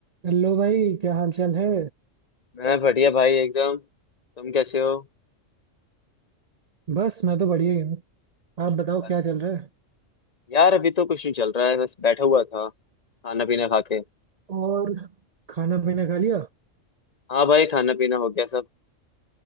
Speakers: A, on the right; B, on the left.
A: Hello भाई क्या हाल चाल है
B: मैं बढ़िया भाई एकदम तुम कैसे हो
A: बस मैं तो बढ़िया ही हूँ आप बताओ
B: अच्छा।
A: क्या चल रहा है
B: यार अभी तो कुछ नहीं चल रहा है बस बैठा हुआ था खाना पीना खा के
A: और खाना पीना खा लिया
B: हाँ भाई खाना पीना हो गया सब